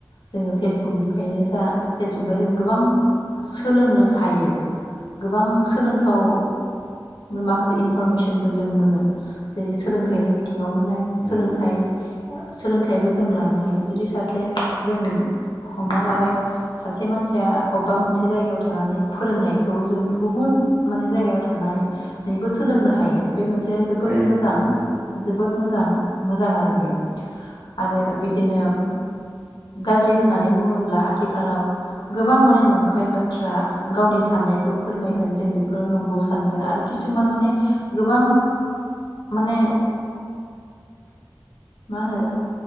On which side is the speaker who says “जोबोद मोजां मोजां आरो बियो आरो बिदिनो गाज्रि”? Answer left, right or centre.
Left